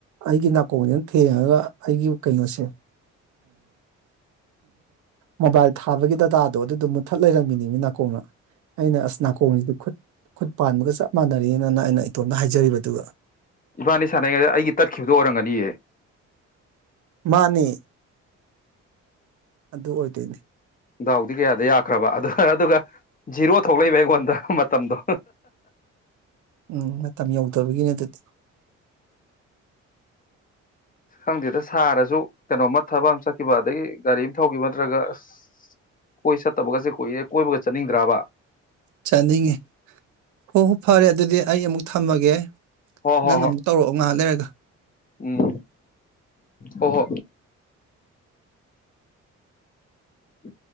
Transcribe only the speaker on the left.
ꯏꯕꯥꯅꯤ ꯁꯥꯟꯅꯉꯩꯗ ꯑꯩꯒꯤ ꯇꯠꯈꯤꯕꯗꯣ ꯑꯣꯏꯔꯝꯒꯅꯤꯍ
ꯗꯥꯎꯗꯤ ꯀꯌꯥꯗ ꯌꯥꯈ꯭ꯔꯕ ꯑꯗꯨ ꯑꯗꯨꯒ ꯖꯤꯔꯣ ꯊꯣꯛꯂꯛꯏꯕ ꯑꯩꯉꯣꯟꯗ ꯃꯇꯝꯗꯣ
ꯈꯪꯗꯦꯗ ꯁꯥꯔꯁꯨ ꯀꯩꯅꯣꯝꯃ ꯊꯕꯛ ꯑꯃ ꯆꯠꯈꯤꯕ ꯑꯗꯒꯤ ꯒꯥꯔꯤ ꯑꯃ ꯊꯧꯈꯤꯕ ꯅꯠꯇ꯭ꯔꯒ ꯑꯁ ꯀꯣꯏ ꯆꯠꯇꯕꯒꯁꯦ ꯀꯣꯏꯏꯔꯦ ꯀꯣꯏꯕꯒ ꯆꯠꯅꯤꯡꯗ꯭ꯔꯕ
ꯍꯣꯏ ꯍꯣꯏ
ꯍꯣꯏ
ꯎꯝ ꯍ ꯍꯣ ꯎ